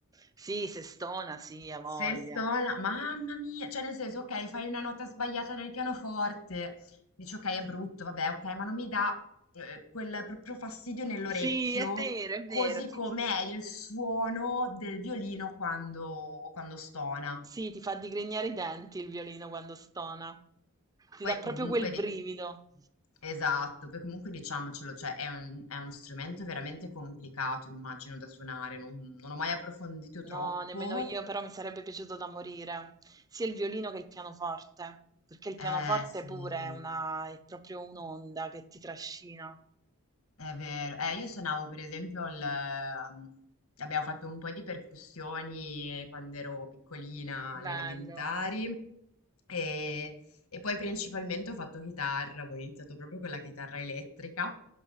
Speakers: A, on the right; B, on the left.
A: Sì, se stona, sì, ha voglia.
B: Se sto là, mamma mia, cioè nel senso, ok, fai una nota sbagliata nel pianoforte, dici ok, è brutto, vabbè, ok, ma non mi dà eh, quel proprio fastidio nell'orecchio,
A: Sì, è vero, è vero.
B: così
A: Sì,
B: come
A: ti,
B: è il suono del violino quando, quando stona.
A: sì, ti fa digrignare i denti il violino quando stona. Ti
B: Poi
A: dà proprio
B: comunque,
A: quel brivido.
B: di- esatto, poi comunque diciamocelo, cioè è un- è uno strumento veramente complicato, immagino, da suonare, non non ho mai approfondito
A: No,
B: troppo.
A: nemmeno io, però mi sarebbe piaciuto da morire, sia il violino che il pianoforte, perché il pianoforte
B: Eh sì.
A: pure è una, è proprio un'onda che ti trascina.
B: È vero, eh, io suonavo per esempio il... ehm, abbiamo fatto un po' di percussioni eh, quando ero piccolina,
A: Bello.
B: alle elementari, e, e poi principalmente ho fatto chitarra, ho iniziato proprio con la chitarra elettrica,